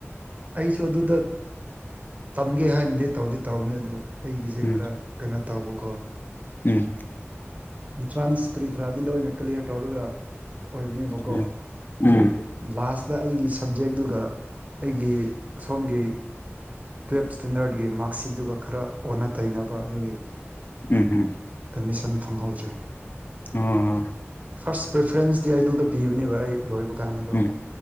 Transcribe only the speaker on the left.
ꯎꯝ
ꯎꯝ
ꯎꯝ ꯎꯝ
ꯎꯝ ꯎꯝ
ꯑꯣ
ꯎꯝ